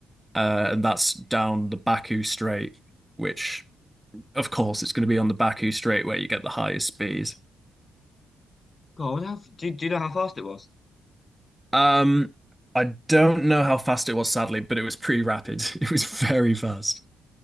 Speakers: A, in the centre; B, on the left.
A: uh, and that's down the Baku Strait, which of course it's going to be on the Baku Strait where you get the highest speeds.
B: God, how, do do you know how fast it was?
A: Um, I don't know how fast it was, sadly, but it was pretty rapid. <laughs> It was very fast.